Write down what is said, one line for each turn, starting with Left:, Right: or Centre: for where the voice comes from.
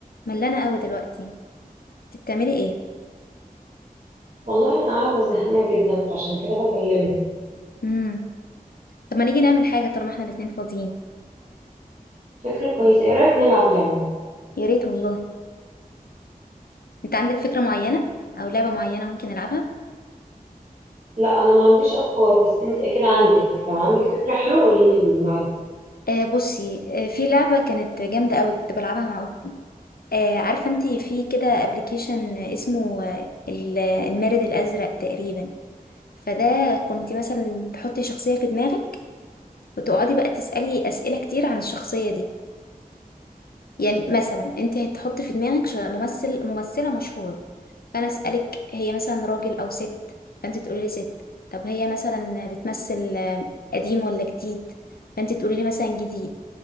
Left: ملانة قوي دلوقتي انت بتعملي ايه
Right: والله انا قاعده زهقانه جدا فعشان كده بكلمك
Left: امم طب ما نيجي نعمل حاجة طالما احنا الاتنين فاضيين
Right: فكره كويسه ايه رايك نلعب لعبه
Left: يا ريت والله انت عندك فكرة معينة او لعبة معينة ممكن نلعبها
Right: لا انا ما عنديش افكار بس انت اكيد عندك لو عندك فكره حلوه قولي لي نلعب
Left: آه بصي آه في لعبة كانت جامدة قوي كنت بلعبها مع اختي آه عارفة انت في كده ابلكيشن اسمه آه، ال- المارد الازرق تقريبا فده كنت مثلا تحطي شخصية في دماغك وتقعدي بقى تسألي أسئلة كتير عن الشخصية دي يعني مثلا انت هتحطي في دماغك ش- ممثل ممثلة مشهورة فانا اسألك هي مثلا راجل او ست فانت تقولي لي ست طب هي مثلا بتمثل آه، قديم ولا جديد فانت تقولي لي مثلا جديد